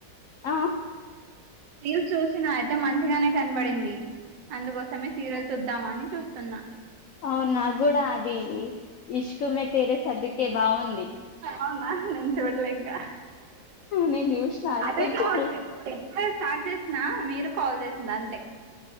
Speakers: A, on the left; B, on the right.
A: ఆ
B: రీల్స్ చూసినా అయితే మంచిగానే కనబడింది అందుకోసమే సీరియల్ చూద్ ద్దామని చూస్తున్నా
A: అవునా నాకూడా ఈ ఇష్ the to May Tere సదిక్ okay బాగుంది
B: అవునా నేను చూడలే ఇంకా
A: నేను చూ చూసిన అది
B: అదే
A: కొంచెం
B: కావ ఇప్పుడుప్పు స్టార్ట్ చేసిన మీరు కాల్ చేసింది అంతే